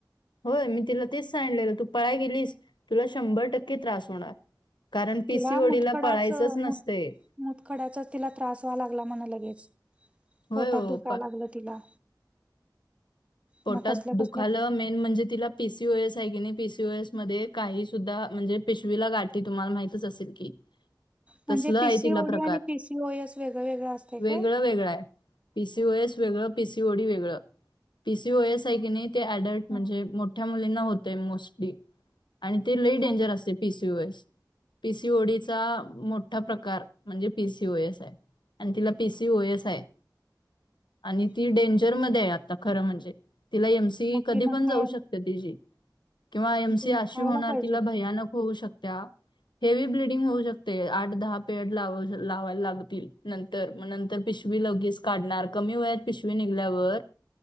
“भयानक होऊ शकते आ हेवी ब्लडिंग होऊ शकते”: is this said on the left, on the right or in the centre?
Left